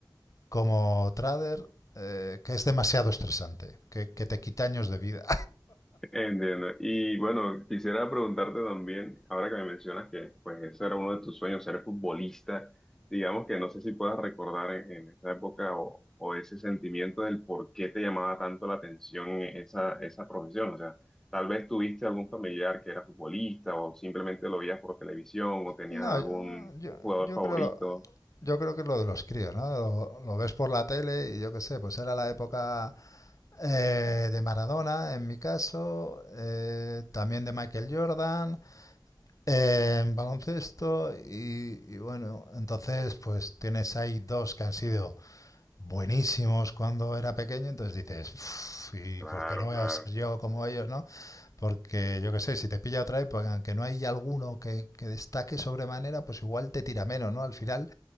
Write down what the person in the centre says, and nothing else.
Entiendo. Y bueno, quisiera preguntarte también, ahora que me mencionas que pues ese era uno de tus sueños, ser futbolista, digamos que no sé si puedas recordar en, en esa época o, o ese sentimiento del por qué te llamaba tanto la atención esa, esa profesión. O sea, tal vez tuviste algún familiar que era futbolista o simplemente lo veías por televisión o tenías
algún
jugador
favorito.
Claro,
claro,